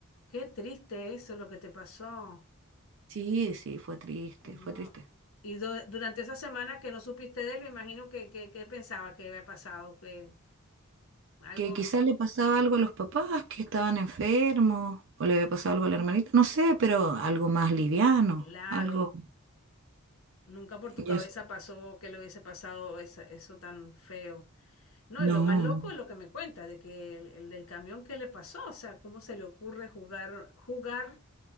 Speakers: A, on the left; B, on the right.
A: qué triste eso lo que te pasó.
B: Sí, sí, fue triste,
A: No.
B: fue triste.
A: Y du- durante esa semana que no supiste de él, me imagino que, que, que pensabas que había pasado, que algo
B: que quizás le pasaba algo a los papás que estaban enfermos, o le había pasado algo a la hermanita, no sé, pero algo más liviano,
A: claro,
B: algo,
A: nunca por tu cabeza
B: ya s-
A: pasó que le hubiese pasado esa- eso tan feo. No,
B: no,
A: y lo más loco es lo que me cuenta, de que el, el del camión, ¿qué le pasó? O sea, ¿cómo se le ocurre jugar, jugar,